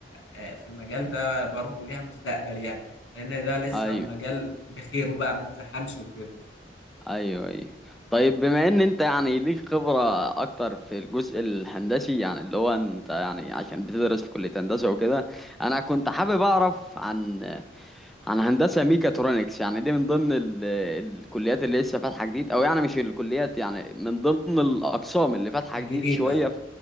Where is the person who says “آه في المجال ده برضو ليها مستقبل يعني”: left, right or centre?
Left